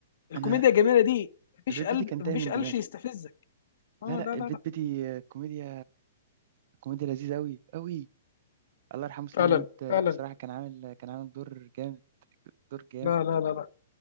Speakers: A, on the left; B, on the right.
A: الكوميديا
B: أنا
A: الجميله دي مفيش
B: البيت
A: قلب
B: بيتي كان
A: مفيش
B: تايه من
A: قلش
B: دماغي
A: يستفزك
B: لا
A: اه
B: لا
A: لا
B: البيت
A: لا لا
B: بيتي آه، كوميديا كوميديا لذيذة أوي أوي الله يرحمه سليمان
A: فعلا
B: عيد آه،
A: فعلا
B: لا بصراحة كان عامل كان عامل دور جامد دور جامد
A: لا لا لا لا